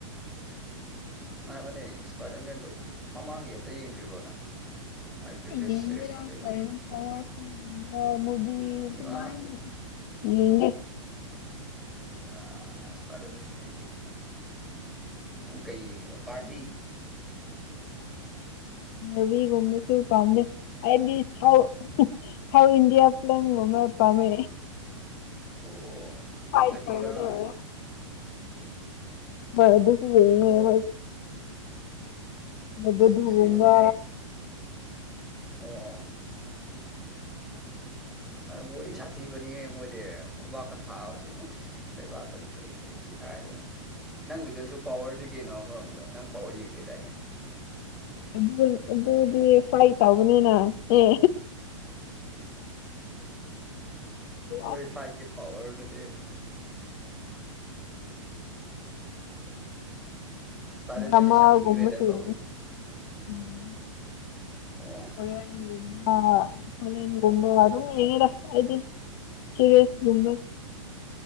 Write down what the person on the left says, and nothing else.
ꯑꯩ ꯌꯦꯡꯗꯦꯗ
ꯄꯋꯥꯔ ꯒꯨꯝꯕꯥ ꯃꯨꯕꯤ ꯑꯗꯨꯃꯥꯏꯅ
ꯌꯦꯡꯗꯦ
ꯕꯥꯔꯕꯤ ꯒꯨꯝꯕꯁꯨ ꯄꯥꯝꯗꯦ ꯑꯩꯗꯤ ꯎꯝ ꯁꯥꯎ ꯏꯟꯗꯤꯌꯥ ꯄꯤꯂꯝ ꯒꯨꯝꯕ ꯄꯝꯃꯦ
ꯐꯥꯏꯠ
ꯇꯧꯕꯗꯣ ꯑꯗꯣ ꯑꯗꯨꯁꯨ ꯌꯦꯡꯅꯤꯡꯉꯤ
ꯑꯩꯈꯣꯏꯁꯨ ꯑꯗꯨꯒꯨꯝꯕ
ꯑꯗꯨ ꯑꯗꯨꯗꯤ ꯐ꯭ꯔꯥꯏꯠ ꯇꯧꯕꯅꯤꯅ ꯑꯦ
ꯑꯁ
ꯗꯦꯃꯥꯜ
ꯒꯨꯝꯕꯁꯨ
ꯌꯦꯡꯉꯦ ꯎꯝ
ꯀꯣꯔꯦꯟꯒꯨꯝꯕ ꯊꯥꯏꯂꯦꯟꯒꯨꯝꯕ ꯑꯗꯨꯝ ꯌꯦꯡꯉꯤꯗ ꯑꯩꯗꯤ ꯁꯤꯔꯤꯁꯒꯨꯝꯕ